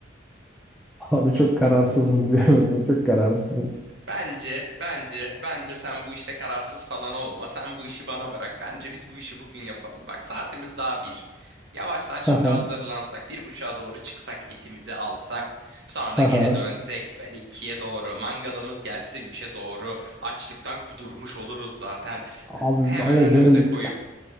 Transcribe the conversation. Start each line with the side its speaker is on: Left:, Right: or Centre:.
Centre: Abi çok kararsızım biliyor musun? Çok kararsızım.
Right: Bence, bence, bence sen bu işte kararsız falan olma. Sen bu işi bana bırak. Bence biz bu işi bugün yapalım. Bak saatimiz daha bir. Yavaştan şimdi
Centre: Haha.
Right: hazırlansak, bir buçuğa doğru çıksak, etimizi alsak, sonra
Centre: Haha.
Right: geri dönsek, böyle ikiye doğru, mangalımız gelse üçe doğru, açlıktan kudurmuş oluruz zaten.
Centre: Abi
Right: Hemen
Centre: ama
Right: önümüze
Centre: benim
Right: koyup,